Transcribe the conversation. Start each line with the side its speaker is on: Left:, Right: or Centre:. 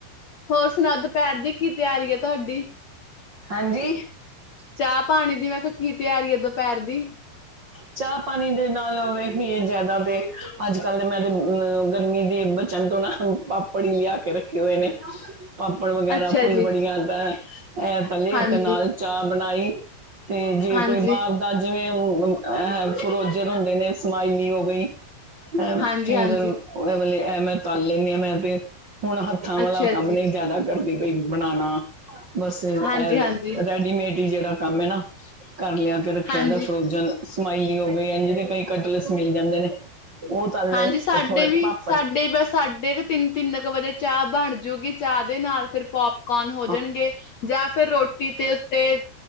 Left: ਹੋਰ ਸੁਣਾਓ ਦੁਪਹਿਰ ਦੀ ਕੀ ਤਿਆਰੀ ਹੈ ਤੁਹਾਡੀ।
Right: ਹਾਂਜੀ।
Left: ਚਾਹ ਪਾਣੀ ਦੀ ਮੈਂ ਕੀ ਤਿਆਰੀ ਹੈ ਦੁਪਹਿਰ ਦੀ
Right: ਚਾਹ ਪਾਣੀ ਦੇ ਨਾਲ ਇਹ ਵੀ ਜ਼ਿਆਦਾ ਤੇ ਅੱਜ ਕੱਲ੍ਹ ਦੇ ਮੈਂ ਤੇ ਅ ਗਰਮੀ ਦੇ ਬਚਣ ਤੋਂ ਨਾ ਪਾਪੜ ਹੀ ਲਿਆ ਕੇ ਰੱਖੇ ਹੋਏ ਨੇ। ਪਾਪੜ ਵਗੈਰਾ
Left: ਅੱਛਾ
Right: ਫੁੱਲ
Left: ਜੀ
Right: ਬੜੀਆਂ ਦਾ ਹੈ। ਐ ਤੱਲੇ
Left: ਹਾਂਜੀ
Right: ਤੇ ਨਾਲ ਚਾਹ ਬਣਾਈ ਤੇ ਜੇ
Left: ਹਾਂਜੀ
Right: ਕੋਈ ਬਾਹਰ ਦਾ ਜਿਵੇਂ ਅ ਫਰੋਜਨ ਹੁੰਦੇ ਨੇ ਸਮਾਇਲੀ ਹੋ ਗਈ। ਅ
Left: ਹਾਂਜੀ-ਹਾਂਜੀ,
Right: ਫੀਗਰ ਇਹ ਵਾਲੇ ਐ ਮੈਂ ਤਲ ਲੈਂਦੀ ਆਾਂ ਮੈਂ ਤੇ। ਹੁਣ ਹੱਥਾਂ ਵਾਲਾ
Left: ਅੱਛਾ
Right: ਕੰਮ
Left: ਜੀ,
Right: ਨਹੀਂ ਜਿਆਦਾ ਕਰਦੀ। ਬਣਣਾ। ਬਸ ਏ
Left: ਹਾਂਜੀ-ਹਾਂਜੀ,
Right: ਰੈਡੀਮੇਡ। ਜਿਹੜਾ ਕੰਮ ਨਾ ਘਰ ਲਿਆ ਕੇ ਰੱਖਿਆ
Left: ਹਾਂਜੀ।
Right: ਫਰੋਜਨ।
Left: ਹਾਂਜੀ
Right: ਸਮਾਇਲੀ ਹੋ ਗਈ ਏਨਜਦੇ ਕਈ ਕਟਲਸ ਮਿਲ ਜਾਂਦੇ ਨੇ। ਉਹ ਤਲ
Left: ਹਾਂਜੀ
Right: ਲਏ
Left: ਸਾਡੇ
Right: ਤੇ ਥੋੜੇ
Left: ਵੀ,
Right: ਪਾਪੜ
Left: ਸਾਡੇ ਬਸ ਸਾਡੇ ਕੁ ਤਿੰਨ ਤਿੰਨ ਕੁ ਵਜੇ ਚਾਹ ਬਣ ਜੂਗੀ ਚਾਹ ਦੇ ਨਾਲ ਫਿਰ ਪੋਪ ਕੌਣ ਹੋ
Right: ਹਾਂ
Left: ਜਾਣਗੇ ਜਾਂ ਫਿਰ ਰੋਟੀ ਦੇ ਉੱਤੇ